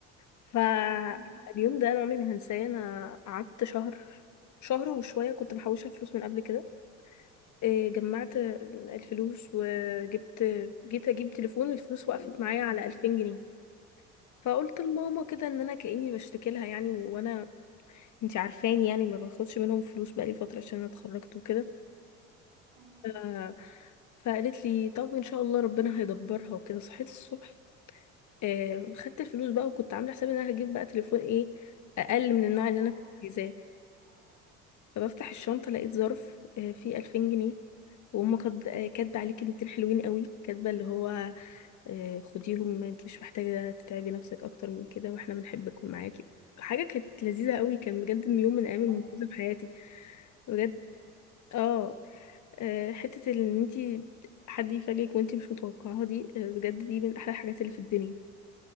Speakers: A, on the left (about 45°); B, on the right (about 75°).
A: فاليوم
B: مم.
A: ده انا عمري ما هنساه انا قعدت شهر شهر وشويه كنت محوشه فلوس من قبل كده إيه، جمعت الفلوس وجبت جيت اجيب تليفون الفلوس وقفت معايا على 2000 جنيه فقلت لماما كده ان انا كاني بشتكي لها يعني وانا انتي عارفاني يعني ما باخدش منهم فلوس بقالي فتره عشان أنا اتخرجت وكده
B: اه
A: ف- فقالت لي طب ان شاء الله ربنا هيدبرها وكده صحيت الصبح آه خدت الفلوس بقى وكنت عامله حسابي ان انا هجيب بقى تليفون ايه اقل من النوع اللي
B: أقل
A: انا كنت عايزاه
B: اه
A: فبفتح الشنطه لقيت ظرف آه فيه 2000 جنيه وهم كاتب- آه، كاتبه عليه كلمتين حلوين قوي كاتبه اللي هو آه، خديهم انت مش محتاجة تتعبي نفسك اكتر من كده واحنا بنحبك ومعاكي حاجة كانت لذيذة قوي كان بجد من يوم من ايام المميزة
B: أوي
A: في حياتي بجد
B: موت بجد
A: اه آه، حتة ان انتي حد يفاجئك وانتي مش متوقعاها دي آه، بجد دي من احلى الحاجات اللي في الدنيا